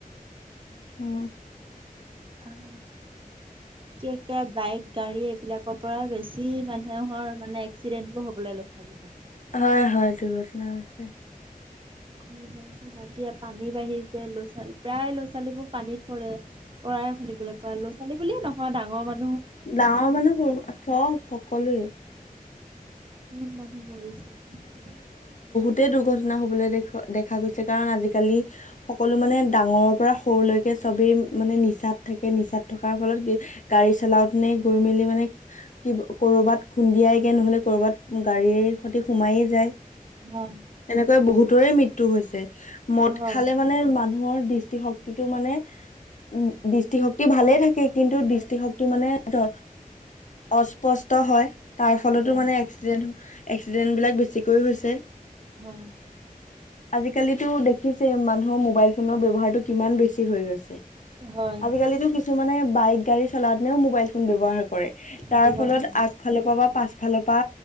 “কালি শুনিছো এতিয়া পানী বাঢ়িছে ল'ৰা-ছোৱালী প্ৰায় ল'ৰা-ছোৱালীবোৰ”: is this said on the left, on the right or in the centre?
Right